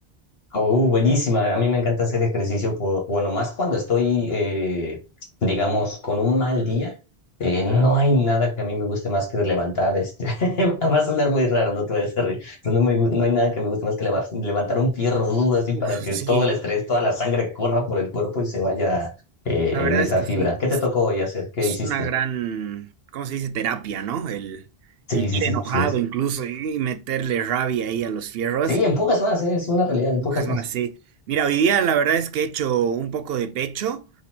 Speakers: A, on the left (about 70°); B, on the right (about 70°).
A: Oh, buenísima. A mí me encanta hacer ejercicio, por, bueno, más cuando estoy, eh, digamos, con un mal día. eh, no hay nada que a mí me guste más que levantar. Este, <laughs> va a sonar muy raro, no te vayas a reír. pero No, me gu- no hay nada que me guste más que leva- levantar un fierro duro así para
B: Uf,
A: que
B: sí,
A: todo el estrés, toda la sangre corra por el cuerpo y se vaya eh,
B: la verdad
A: en esa
B: es que
A: fibra.
B: sí,
A: ¿Qué
B: es,
A: te tocó hoy hacer? ¿Qué
B: es
A: hiciste?
B: una gran, ¿cómo se dice? Terapia, ¿no? El, el
A: Sí, sí,
B: ir
A: sí,
B: enojado
A: sí es.
B: incluso y meterle rabia ahí a los fierros
A: Sí, empujas más, eh, es una realidad,
B: Empujas
A: empujas
B: más,
A: más.
B: sí. Mira, hoy día la verdad es que he hecho un poco de pecho